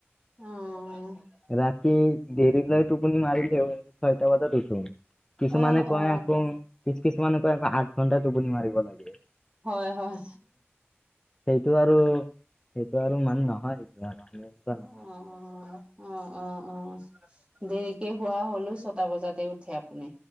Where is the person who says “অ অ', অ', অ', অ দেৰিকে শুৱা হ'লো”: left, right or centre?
Right